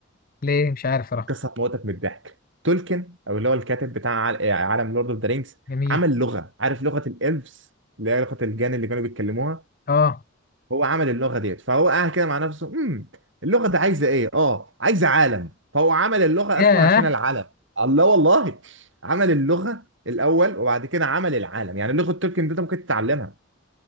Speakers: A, on the left (about 45°); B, on the right (about 60°).
A: ليه مش عارف صراحة
B: القصه هتموتك من الضحك تولكن او اللي هو الكاتب بتاع عال- آه، عالم لورد اوف ذا رينجز
A: جميل
B: عمل لغه عارف لغه الالفز اللي هي لغه الجان اللي كانوا بيتكلموها
A: اه
B: هو عمل اللغه ديت فهو قاعد كده مع نفسه امم اللغه دي عايزه ايه اه عايزه عالم فهو عمل اللغه
A: ياه
B: اصلا عشان العالم الله والله عمل اللغه الاول وبعد كده عمل العالم يعني لغه تولكن دي انت ممكن تتعلمها